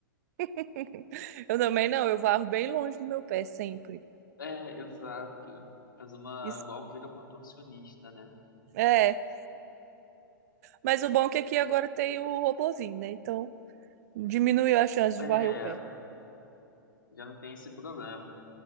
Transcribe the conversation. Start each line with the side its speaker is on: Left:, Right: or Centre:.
Right: <laughs> Eu também não, eu varro bem longe do meu pé sempre.
Left: É, exato. Faz uma,
Right: Isso
Left: igual vira contorcionista, né?
Right: é, mas o bom é que aqui agora tem o robozinho, né? Então diminuiu a chance de
Left: É,
Right: varrer o pé.
Left: Já não tem esse problema.